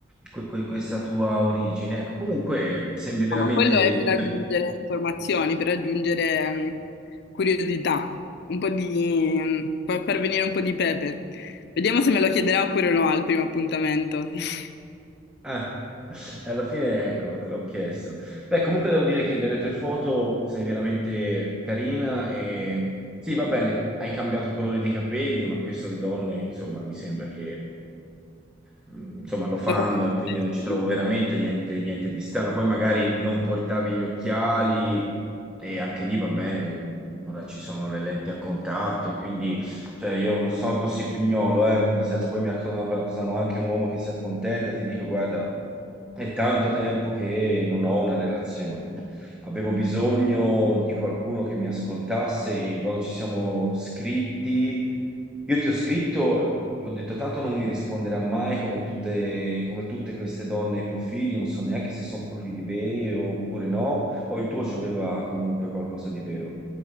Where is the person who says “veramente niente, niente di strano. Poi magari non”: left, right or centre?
Centre